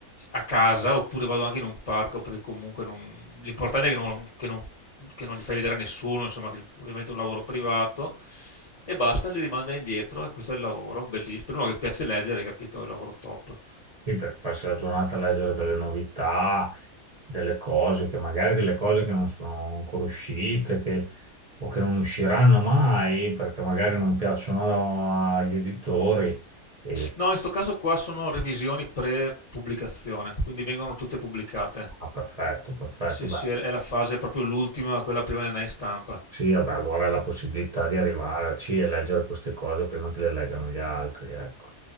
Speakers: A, on the left (about 35°); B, on the right (about 50°).
A: a casa oppure vado anche in un parco perché comunque non- l'importante è che non, che non- che non li fai vedere a nessuno, insomma, che ovviamente è un lavoro privato e basta, li rimanda indietro e questo è il lavoro, bellissimo. Per uno che piace leggere, hai capito, è il lavoro top.
B: Quindi per- passi la giornata a leggere delle novità, delle cose che magari delle cose che non sono ancora uscite, che- o che non usciranno mai perché magari non piacciono agli editori. E,
A: No, in questo caso qua sono revisioni pre-pubblicazione, quindi vengono tutte pubblicate.
B: ah, perfetto, perfetto.
A: Sì,
B: Beh,
A: sì, è è la fase proprio l'ultima, quella prima di andare in stampa.
B: Sì, vabbè, allora è la possibilità di arrivarci e leggere queste cose prima che le leggano gli altri, ecco.